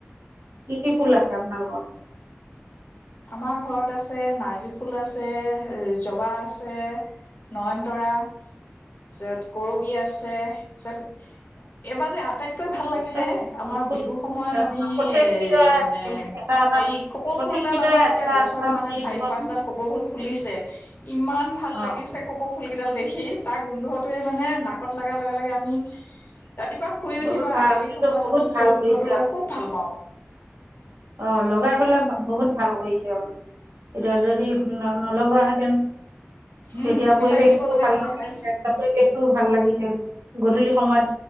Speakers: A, on the right (about 75°); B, on the left (about 50°).
A: কি কি ফুল আছে আপোনাৰ তাত?
B: আমাৰ ঘৰত আছে নাৰ্জী ফুল আছে, জবা আছে, নয়নতৰা, তাৰপিছত কৰবি আছে তাৰপিছত এইবাৰ যে আটাইতকৈ ভাল লাগিলে
A: তাত
B: আমাৰ
A: অ ফুল
B: বিহুৰ সময়ত আমি
A: প্ৰত্যেকবিধৰে
B: এ মানে
A: এটা এটা
B: এই কপৌ
A: প্ৰত্যেকবিধৰে
B: ফুলডাল আ আমাৰ যেতিয়া
A: এটা
B: গছত
A: এটা
B: মানে
A: পুলি
B: চাৰি-পাঁচডাল
A: দিবচোন
B: কপৌ ফুল ফুলিছে ইমান ভাল
A: অ
B: লাগিছে কপৌ ফুল কেইডাল দেখি তাৰ গোন্ধটোয়ে মানে নাকত লগাৰ লগে লগে আমি ৰাতিপুৱা শুই উঠি
A: বহুত
B: বা
A: ভাল
B: আবেলি সময়ত
A: বহুত
B: আমি
A: ভাল
B: সেই গোন্ধটো
A: কৰিছে
B: লৈ খুব ভাল পাওঁ।
A: অ লগাই পেলাই বহুত ভাল কৰিছে আৰু এতিয়া যদি নলগোৱা হেঁতেন
B: উম
A: তেতিয়া
B: বিচাৰি
A: পৰিৱেশটোও
B: ফুৰিব লগা
A: ভাল
B: হলেহেঁতেন
A: নহ'ল হেতেন এতিয়া পৰিৱেশটোও ভাল লাগিছে। গধূলি সময়ত